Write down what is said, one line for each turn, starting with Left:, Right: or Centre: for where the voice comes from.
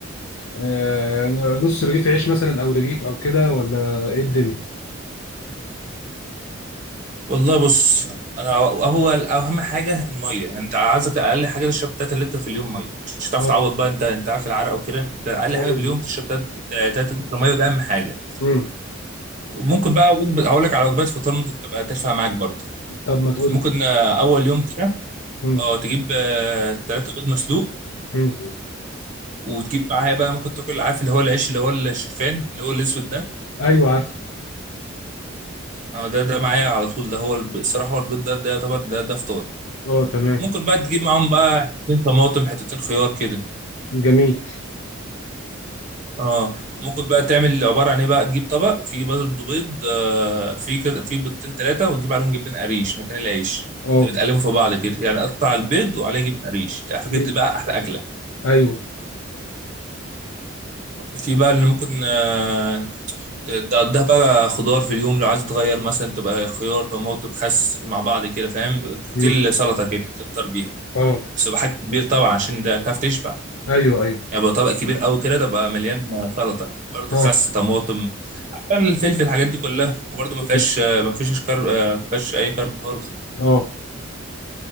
Left: آه، نص رغيف عيش مثلا او رغيف او كده ولا ايه الدنيا
Right: والله بص انا هو اهم حاجه الميه يعني انت عايزك اقل حاجه تشرب 3 لتر في اليوم ميه مش هتعرف
Left: اه
Right: تعوض بقى انت انت عارف العرق وكده انت اقل
Left: ايوه
Right: حاجه في اليوم تشرب 3 لتر ميه وده اهم حاجه
Left: امم
Right: وممكن بقى هقول لك على وجبات فطار ممكن تبقى ترفع معاك برضه
Left: طب ما تقول
Right: ممكن آه، اول يوم كده
Left: امم
Right: اه تجيب آه، تلاتة بيض مسلوق
Left: امم
Right: وتجيب معاها بقى ممكن تاكل عارف اللي هو العيش اللي هو الشوفان اللي هو الاسود ده
Left: ايوه عارف
Right: اه ده ده معايا على طول ده هو الب- الصراحه هو البيض ده ده يعتبر ده ده فطار
Left: اه تمام
Right: ممكن بقى تجيب معاهم بقى حتتين طماطم حتتين خيار كده
Left: جميل
Right: اه ممكن بقى تعمل عباره عن ايه بقى تجيب طبق فيه برضه بيض آه فيه كذا- فيه بيضتين ثلاثه وتجيب عليهم جبن قريش مكان العيش
Left: اه
Right: تقلبهم في بعض كده يعني قطع البيض وعليه جبن قريش على فكره
Left: مم.
Right: دي بقى احلى اكله
Left: ايوه
Right: في بقى اللي ممكن آه تقضيها بقى خضار في اليوم لو عايز تغير مثلا تبقى خيار طماطم خس مع بعض كده فاهم كوكتيل
Left: مم.
Right: سلطه كده تفطر بيها
Left: اه
Right: بس يبقى حجم كبير طبعا عشان ده تعرف تشبع
Left: ايوه ايوه
Right: يعني يبقى طبق كبير قوي كده تبقى مليان سلطه برضه
Left: اه
Right: خس طماطم عبال الفلفل الحاجات دي كلها وبرضه ما
Left: مم.
Right: فيهاش ما فيش كارب ما فيهاش اي كارب خالص
Left: اه